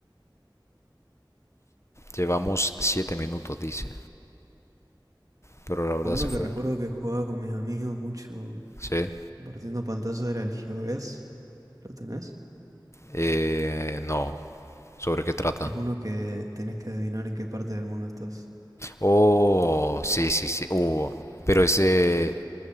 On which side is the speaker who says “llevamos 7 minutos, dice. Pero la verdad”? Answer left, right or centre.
Left